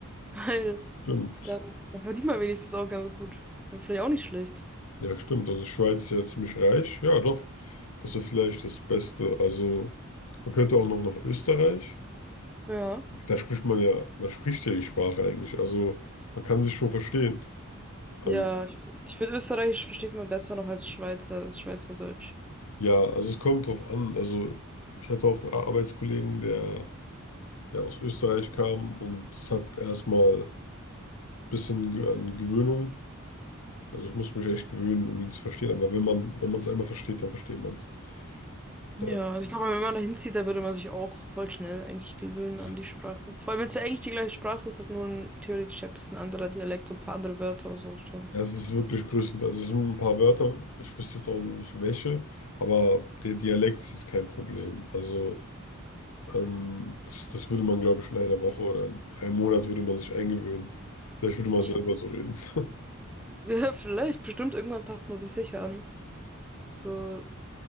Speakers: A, in the centre; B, on the left (about 85°).
A: <laughs>
B: Stimmt.
A: Dann, dann verdient man wenigstens auch ganz gut. Wäre vielleicht auch nicht schlecht.
B: Ja, stimmt. Also Schweiz ist ja ziemlich reich. Ja, doch. Das wäre vielleicht das Beste. Also man könnte auch noch nach Österreich.
A: Ja.
B: da spricht man ja, man spricht ja die Sprache eigentlich. Also man kann sich schon verstehen.
A: Ja,
B: Ähm,
A: ich, ich finde, Österreichisch versteht man besser noch als Schweizer, Schweizerdeutsch.
B: ja, also es kommt drauf an. Also ich hatte auch einen Ar- Arbeitskollegen, der ja aus Österreich kam und es hat erstmal ein bisschen ge- an Gewöhnung. Also ich muss mich echt gewöhnen, um ihn zu verstehen. Aber wenn man, wenn man es einmal versteht, dann versteht man es. Äh,
A: Ja, also ich glaube, wenn man da hinzieht, da würde man sich auch voll schnell eigentlich gewöhnen
B: ja.
A: an die Sprache. Vor allem, wenn es ja eigentlich die gleiche Sprache ist, halt nur ein theoretisch ein bisschen anderer Dialekt und ein paar andere Wörter, so schon.
B: Ja, es ist wirklich größtenteils. Also es sind ein paar Wörter, ich wüsste jetzt auch nicht welche, aber der Dialekt ist kein Problem. Also Ähm, das, das würde man, glaube ich, in einer Woche oder in einem Monat würde man sich eingewöhnen. Vielleicht würde man
A: Ich,
B: selber so reden. <laughs>
A: <laughs> ja, vielleicht, bestimmt, irgendwann passt man sich sicher an. So,